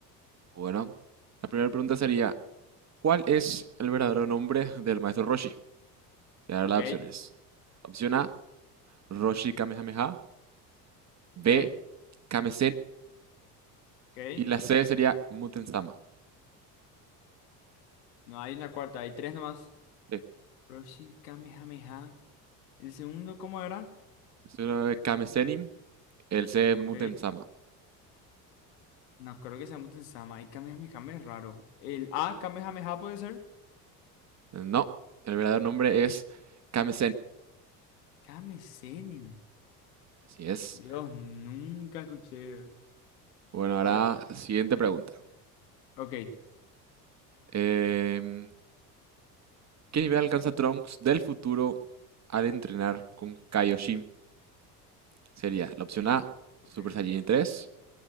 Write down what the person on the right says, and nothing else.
Bueno. La primera pregunta sería: ¿Cuál es el verdadero nombre del maestro Roshi? Voy a
dar las opciones. Opción A, Roshi Kamehameha.
B, Kame
Y la C sería Muten Sama.
Sí,
es una de Kame el C es
Muten Sama.
No, el verdadero nombre es Kame
Así es.
Bueno, ahora
siguiente pregunta.
Em, ¿qué nivel alcanza Trunks del futuro al entrenar con Kaioshin? Sería la opción A,
Super Saiyan tres.